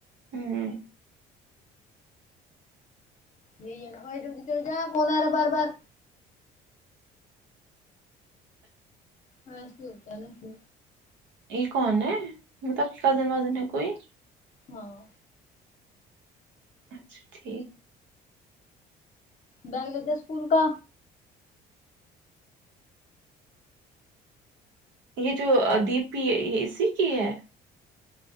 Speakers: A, on the right (about 80°); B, on the left (about 45°).
A: ہوں
B: یہی ہے نا اور جلدی چلے جا فون آرا بار بار ہاں اسلیے ہوتا ہے نہ کہ
A: یہ کون ہے مطلب کی کزن وزن ہے کوئی
B: ہاں
A: اچھا ٹھیک
B: بیاگ لے جا اسکول کا
A: یہ جو ڈی پی ہے یہ اسی کی ہے